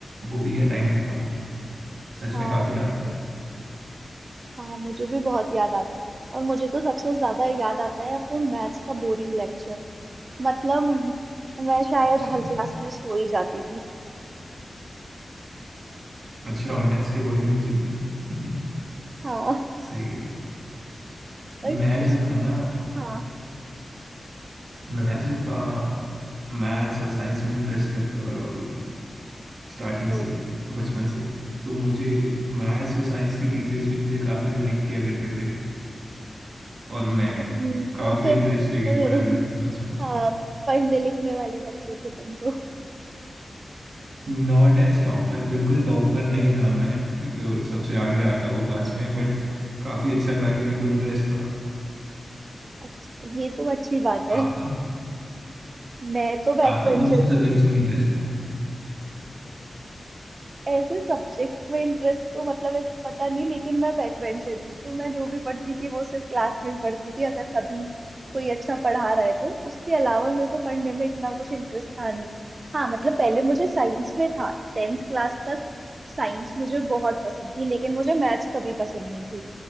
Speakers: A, on the right; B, on the right.
A: वो भी क्या टाइम था सच
B: हाँ
A: में काफ़ी
B: वही
A: याद आता है
B: हाँ मुझे भी बहुत याद आता है और मुझे तो सबसे ज्यादा याद आता है वो मैथ्स का बोरिंग लेक्चर मतलब <laughs> मैं शायद
A: अच्छा
B: हर क्लास में सो ही जाती थी
A: अच्छा मैथ्स के बोरिंग लेक्चर में <laughs>
B: हाँ
A: सही है
B: और
A: मैं जो
B: इस
A: था ना
B: हाँ
A: मैं जो था मैथ्स और साइंस में इंटरेस्ट रखता था काफी स्टार्टिंग
B: तो
A: से ही बचपन से ही। तो मुझे मैथ्स और साइंस के टीचर्स भी मुझे काफी लाइक किया करते थे और मैं
B: तुम
A: काफी
B: तो फिर
A: इंटरेस्ट
B: बिल्कुल
A: लेके पढ़ा करता था उसमें
B: <laughs> हाँ पढ़ने लिखने वाले बच्चे थे तुम तो
A: <laughs> नॉट एज टॉपर बिल्कुल टॉपर नहीं था मैं जो सबसे आगे आता हो क्लास में बट काफी अच्छा था कि मेरे को इंटरेस्ट था
B: अच्छा ये तो अच्छी बात है
A: आपका
B: मैं तो बैक
A: आपका
B: बेंचर
A: कौन से
B: थी
A: सब्जेक्ट्स में इंटरेस्ट था
B: ऐसे सब्जेक्ट में इंटरेस्ट तो मतलब ऐसे पता नहीं लेकिन मैं बैक बेंचर थी तो मैं जो भी पढ़ती थी वो सिर्फ क्लास में ही पढ़ती थी अगर कभी कोई अच्छा पढ़ा रहा है तो उसके अलावा मेरे को पढ़ने में इतना कुछ इंटरेस्ट था नहीं हाँ मतलब पहले मुझे साइंस में था टेंथ क्लास तक साइंस मुझे बहुत पसंद थी लेकिन मुझे मैथ्स कभी पसंद नहीं थी